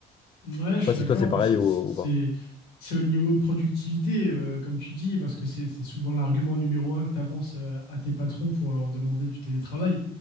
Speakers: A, on the left (about 80°); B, on the left (about 30°).
A: Ouais,
B: Je
A: je
B: sais pas
A: suis
B: si
A: d'accord.
B: toi c'est pareil
A: Bah, c'est
B: ou,
A: c'est- c'est-
B: ou pas.
A: c'est au niveau productivité, euh, comme tu dis, parce que c'est c'est souvent l'argument numéro un que tu avances à tes patrons pour leur demander du télétravail.